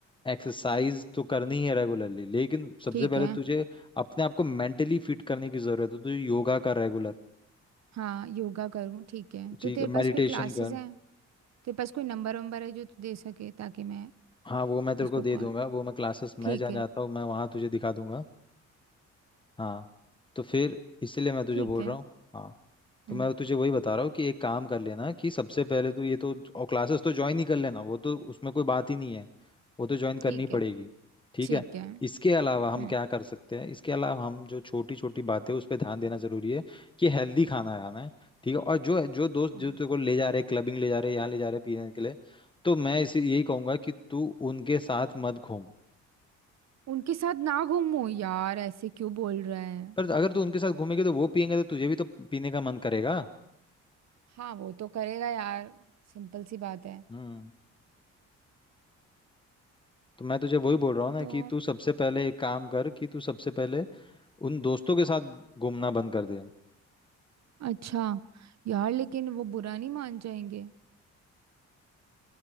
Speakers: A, on the left (about 15°); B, on the right (about 60°).
A: एक्सरसाइज तो करनी है रेगुलरली लेकिन सबसे
B: ठीक
A: पहले
B: है
A: तुझे अपने आप को मेंटली फिट करने की जरूरत है तो तुझे योगा कर रेगुलर
B: हाँ योगा करूं ठीक है तो
A: ठीक
B: तेरे
A: है
B: पास
A: मेडिटेशन
B: कोई क्लासेस
A: कर
B: हैं तेरे पास कोई नंबर वंबर है जो तू दे सके ताकि मैं
A: हाँ वो मैं तेरे
B: उसको
A: को दे
B: कॉल
A: दूंगा वो मैं क्लासेस मैं
B: ठीक
A: जहाँ
B: है
A: जाता हूँ मैं वहाँ तुझे दिखा दूंगा हाँ तो फिर इसीलिए मैं तुझे
B: ठीक
A: बोल
B: है
A: रहा हूँ हाँ तो
B: हम्म
A: मैं तुझे वही बता रहा हूँ कि एक काम कर लेना कि सबसे पहले तो ये तो और क्लासेस तो ज्वाइन ही कर लेना वो तो उसमें कोई बात ही नहीं है वो तो ज्वाइन करनी
B: ठीक
A: पड़ेगी
B: है
A: ठीक
B: ठीक
A: है
B: है
A: इसके अलावा
B: हम्म
A: हम क्या कर सकते हैं इसके अलावा हम जो छोटी छोटी बातें उस पर ध्यान देना जरूरी है कि हेल्दी खाना खाना है ठीक है और जो जो दोस्त
B: okay.
A: जो तेरे को ले जा रहे हैं क्लबिंग ले जा रहे हैं यहाँ ले जा रहे हैं पीने के लिए तो मैं इसी यही कहूंगा कि तू उनके साथ मत घूम
B: उनके साथ ना घूमो यार ऐसे क्यों बोल रहा है
A: पर अगर तू उनके साथ घूमेगी तो वो पियेंगे तो तुझे भी तो पीने का मन करेगा
B: हाँ वो तो करेगा यार सिंपल सी बात है
A: हम्म तो मैं तुझे वही बोल रहा हूँ ना
B: तो
A: कि तू सबसे पहले एक काम कर कि तू सबसे पहले उन दोस्तों के साथ घूमना बंद कर दे
B: अच्छा यार लेकिन वो बुरा नहीं मान जाएंगे